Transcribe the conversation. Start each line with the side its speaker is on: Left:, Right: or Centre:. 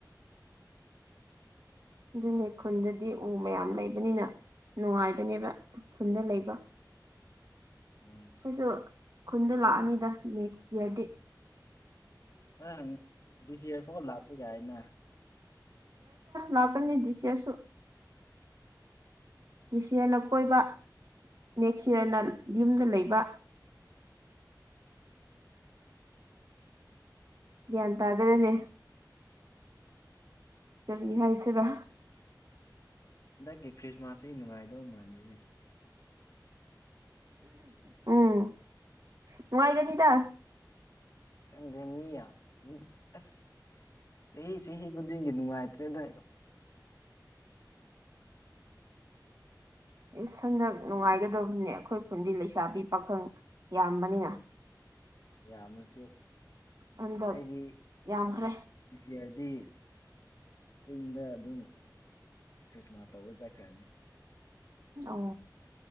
Right: ꯑꯗꯨꯅꯦ ꯈꯨꯟꯗꯗꯤ ꯎ ꯃꯌꯥꯝ ꯂꯩꯕꯅꯤꯅ ꯅꯨꯡꯉꯥꯏꯕꯅꯦꯕ ꯈꯨꯟꯗ ꯂꯩꯕ
Left: ꯎꯝ
Right: ꯑꯩꯈꯣꯏꯁꯨ ꯈꯨꯟꯗ ꯂꯥꯛꯑꯅꯤꯗ ꯅꯦꯛꯁ ꯏꯌꯥꯔꯗꯤ
Left: ꯑꯪ ꯗꯤꯁ ꯏꯌꯥꯔꯐꯥꯎ ꯂꯥꯛꯄ ꯌꯥꯏꯅ <inaudible>
Right: ꯂꯥꯛꯀꯅꯤ ꯗꯤꯁꯏꯌꯥꯔꯁꯨ ꯗꯤꯁꯏꯌꯥꯔꯅ ꯀꯣꯏꯕ ꯅꯦꯛꯁ ꯌꯌꯥꯔꯅ
Left: ꯑꯣ
Right: ꯌꯨꯝꯗ ꯂꯩꯕ ꯒ꯭ꯌꯥꯟ ꯇꯥꯗ꯭ꯔꯦꯅꯦ ꯀꯔꯤ ꯍꯥꯏꯁꯤꯔ
Left: ꯍꯟꯗꯛꯀꯤ ꯈ꯭ꯔꯤꯁꯃꯥꯁꯁꯤ ꯅꯨꯡꯉꯥꯏꯗꯧ ꯃꯥꯜꯜꯂꯤ ꯑꯗꯨꯅꯦ
Right: ꯎꯝ ꯅꯨꯡꯉꯥꯏꯒꯅꯤꯗ
Left: ꯈꯪꯗꯦ ꯃꯤꯌꯥ ꯎ ꯑꯁ ꯆꯍꯤ ꯆꯍꯤ ꯈꯨꯗꯤꯡꯒꯤ ꯅꯨꯡꯉꯥꯏꯇ꯭ꯔꯦ ꯑꯗꯨ
Right: ꯏꯁ ꯍꯟꯗꯛ ꯅꯨꯡꯉꯥꯏꯒꯗꯧꯕꯅꯦ ꯑꯩꯈꯣꯏ ꯈꯨꯟꯗꯤ ꯂꯩꯁꯥꯕꯤ ꯄꯥꯈꯪ ꯌꯥꯝꯕꯅꯤꯅ
Left: ꯌꯥꯝꯃꯁꯨ
Right: ꯍꯟꯗꯛ
Left: ꯑꯩꯗꯤ
Right: ꯌꯥꯝꯈ꯭ꯔꯦ
Left: ꯏꯆꯦ ꯗꯤ ꯆꯤꯡꯗ ꯑꯗꯨꯝ ꯈ꯭ꯔꯤꯁꯃꯥꯁ ꯇꯧꯕ ꯆꯠꯈ꯭ꯔꯅꯤ
Right: ꯑꯣ